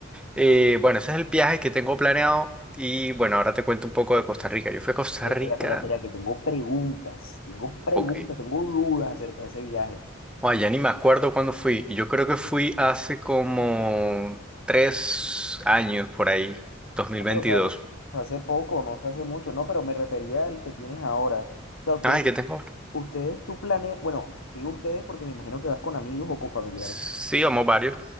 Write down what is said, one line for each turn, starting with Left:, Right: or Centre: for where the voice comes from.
Centre: eh, bueno, ese es el viaje que tengo planeado y bueno, ahora te cuento un poco de Costa Rica. Yo fui a Costa
Left: Pero
Centre: Rica,
Left: espera, espera, espera, que tengo preguntas, tengo preguntas,
Centre: ok.
Left: tengo dudas acerca de ese viaje.
Centre: Ay, ya ni me acuerdo cuándo fui. Yo creo que fui hace como tres años por ahí, 2022.
Left: Ah, pero fue, fue hace poco, no fue hace mucho, no, pero me refería al que tienes ahora. O sea, usted,
Centre: Ay, ¿qué tengo? ahora?
Left: Ustedes, tú planeas, bueno, digo ustedes porque me imagino que vas con amigos o con familiares.
Centre: Sí, vamos varios